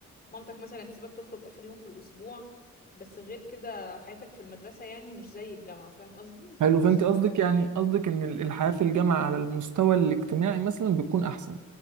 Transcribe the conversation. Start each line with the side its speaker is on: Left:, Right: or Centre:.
Left: مامتك مثلا تسيبك تخرج آخر يوم في الأسبوع بس غير كده حياتك في المدرسة يعني مش زي الجامعة فاهم قصدي
Right: حلو
Left: في حياة
Right: فانت
Left: الصحاب
Right: قصدك يعني قصدك ان الحياه في الجامعه على المستوى الاجتماعي مثلا بتكون احسن